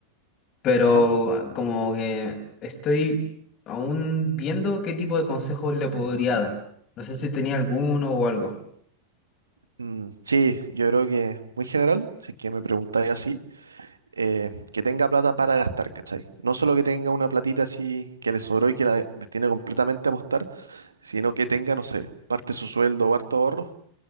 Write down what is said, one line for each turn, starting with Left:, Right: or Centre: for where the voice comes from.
Left: pero
Right: ajá.
Left: ah, como que estoy aún viendo qué tipo de consejos le podría dar. No sé si tenía alguno o algo.
Right: Mm, sí, yo creo que muy general, si es que me preguntáis así, eh, que tenga plata para gastar, ¿cachai? No solo que tenga una platita así que le sobró y que la de- destine completamente a apostar, sino que tenga, no sé, parte de su sueldo o harto ahorro